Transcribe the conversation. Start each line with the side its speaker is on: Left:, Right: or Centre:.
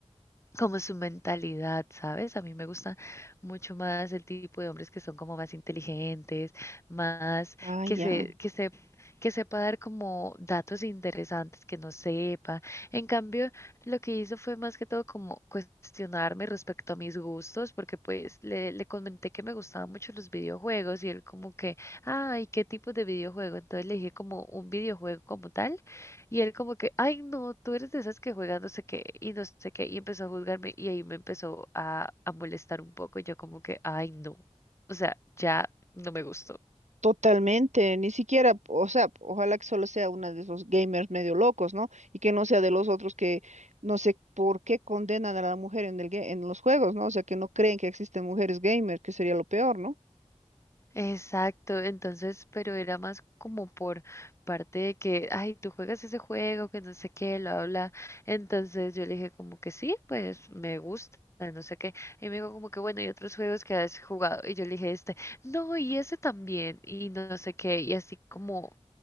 Left: como su mentalidad, ¿sabes? A mí me gusta mucho más el tipo de hombres que son como más inteligentes, más
Right: Ah,
Left: que
Right: ya.
Left: se, que se, que sepa dar como datos interesantes que no sepa. En cambio, lo que hizo fue más que todo como cuestionarme respecto a mis gustos, porque pues le, le comenté que me gustaban mucho los videojuegos y él como que, ay, ¿qué tipo de videojuego? Entonces le dije como un videojuego como tal y él como que, ay, no, tú eres de esas que juegan no sé qué y no sé qué, y empezó a juzgarme y ahí me empezó a, a molestar un poco. y Yo como que, ay, no, o sea, ya no me gustó.
Right: Totalmente, ni siquiera, o sea, ojalá que solo sea una de esos gamers medio locos, ¿no? Y que no sea de los otros que no sé por qué condenan a la mujer en el, ga- en los juegos, ¿no? O sea, que no creen que existen mujeres gamers, que sería lo peor, ¿no?
Left: Exacto, entonces, pero era más como por parte de que, ay, tú juegas ese juego, que no sé qué, lo habla. Entonces yo le dije como que sí, pues me gusta, no sé qué. Y me dijo como que, bueno, y otros juegos que has jugado. Y yo le dije este, no, y ese también, y no sé qué, y así como